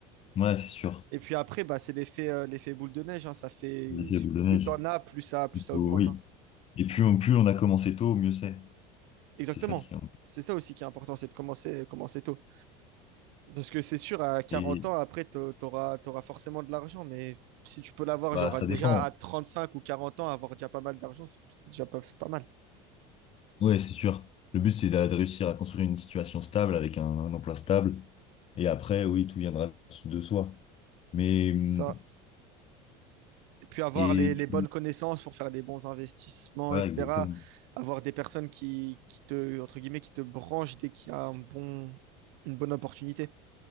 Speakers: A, on the left; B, on the right.
A: Ouais, c'est sûr.
B: Et puis après, bah, c'est l'effet euh, l'effet boule de neige. hein. ça fait,
A: C'est l'effet boule de neige.
B: plus t'en as, plus ça, plus
A: Il
B: ça
A: faut-
B: augmente.
A: Oui.
B: hein.
A: Et plus on, plus on a commencé tôt, mieux c'est.
B: Exactement.
A: C'est ça qui est...
B: C'est ça aussi qui est important, c'est de commencer, commencer tôt. Parce que c'est sûr, à 40
A: Et
B: ans, après, t'au- t'auras t'auras forcément de l'argent. Mais si tu peux l'avoir,
A: bah,
B: genre
A: ça
B: déjà
A: dépend.
B: à 35 ou 40 ans, avoir déjà pas mal d'argent, c'est c'est déjà pas, c'est pas mal.
A: Ouais, c'est sûr. Le but, c'est d'a- de réussir à construire une situation stable avec un, un emploi stable. Et après, oui, tout viendra de soi. Mais,
B: C'est
A: hum,
B: ça. puis avoir
A: et
B: les, les,
A: tu...
B: bonnes connaissances pour faire des bons investissements,
A: Voilà,
B: etc.
A: exactement.
B: Avoir des personnes qui, qui te, entre guillemets, qui te branchent dès qu'il y a un bon, une bonne opportunité.